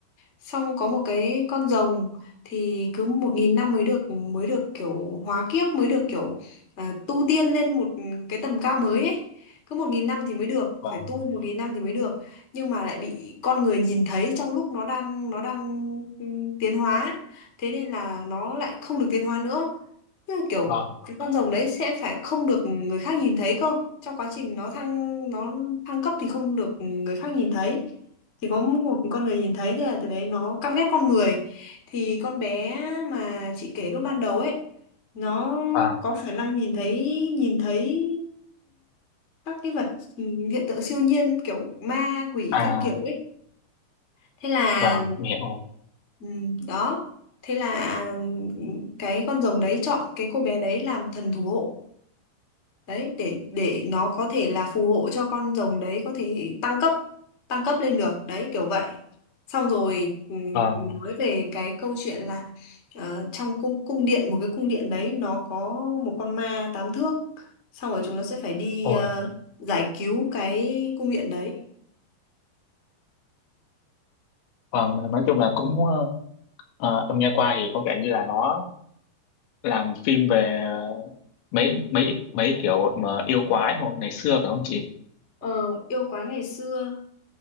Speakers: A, on the left; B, on the left.
A: xong có một cái con rồng thì cứ một nghìn năm mới được mới được kiểu hóa kiếp mới được kiểu à, tu tiên lên một cái tầm cao mới ấy cứ một nghìn năm thì mới được
B: Vâng,
A: phải tu một nghìn năm thì mới được nhưng mà lại bị con người nhìn thấy trong lúc nó đang nó đang ừ, tiến hóa thế nên là nó lại không được tiến hóa nữa Tức là kiểu
B: vâng,
A: cái con rồng đấy sẽ phải không được người khác nhìn thấy cơ trong quá trình nó thăng nó thăng cấp thì không được người khác nhìn thấy thì có một con người nhìn thấy thì là từ đấy nó căm ghét con người thì con bé mà chị kể lúc ban đầu ấy nó
B: vâng.
A: có khả năng nhìn thấy nhìn thấy các cái vật hiện tượng siêu nhiên kiểu ma quỷ
B: À
A: các kiểu ấy thế là
B: vâng, mẹ ơi.
A: ừ, đó thế là cái con rồng đấy chọn cái cô bé đấy làm thần thủ hộ đấy để để nó có thể là phù hộ cho con rồng đấy có thể tăng cấp tăng cấp lên được đấy kiểu vậy xong rồi ừm,
B: Vâng.
A: nói về cái câu chuyện là ờ, trong cung cung điện một cái cung điện đấy nó có một con ma tám thước xong rồi chúng nó sẽ phải đi
B: Ôi,
A: ờ, giải cứu cái cung điện đấy
B: vâng, nói chung là cũng ờ, ờ, em nghe qua thì có vẻ như là nó làm phim về mấy mấy mấy kiểu mà yêu quái hồi ngày xưa phải không chị
A: Ờ, yêu quái ngày xưa